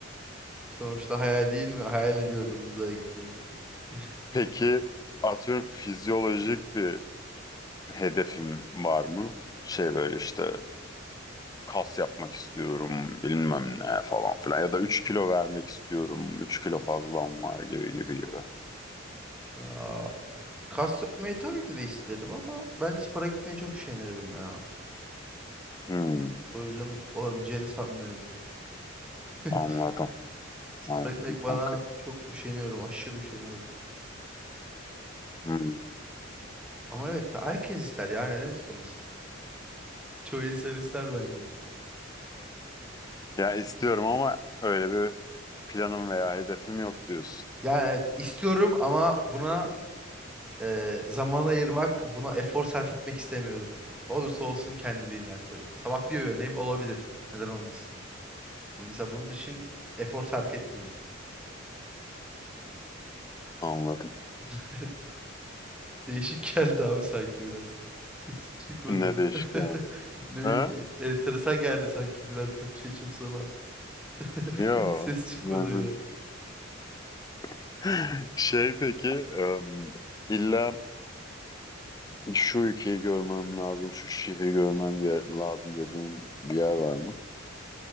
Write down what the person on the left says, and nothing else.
Peki atıyorum fizyolojik bir hedefim var mı? Şey böyle işte kas yapmak istiyorum bilmem ne falan filan ya da 3 kilo vermek istiyorum 3 kilo fazlam var gibi gibi gibi.
Hmm,
anladım
anladım
kanka.
Hmm.
Ya istiyorum ama öyle bir planım veya hedefim yok diyorsun.
Anladım.
Ne
değişik
yani.
Ha?
Yo.
Yani
<laughs> Şey peki, ım, illa Şu ülkeyi görmem lazım, şu şehri görmem ge- lazım dediğin bir yer var mı?